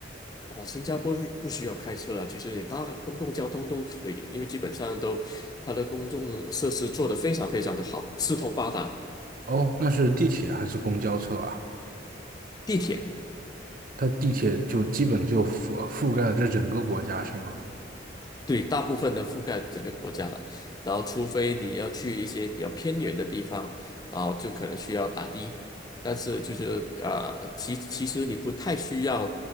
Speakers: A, on the left (about 20°); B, on the right (about 45°).
A: 哦，新加坡是不需要开车了，其实你搭公共交通都可以，因为基本上都它的公众设施做得非常非常的好，四通八达，
B: 哦，那是地铁还是公交车啊？
A: 地铁。
B: 它地铁就基本就覆覆盖了这整个国家，是吗？
A: 对，大部分的覆盖整个国家了，然后除非你要去一些比较偏远的地方，然后就可能需要打的，但是就是啊呃，其其实你不太需要